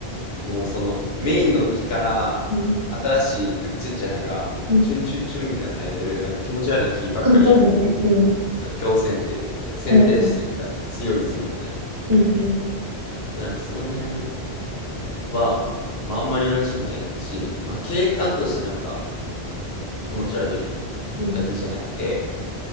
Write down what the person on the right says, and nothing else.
うん、うんそうそうだね。うん、
うん、うん、
うん、うん、
うん、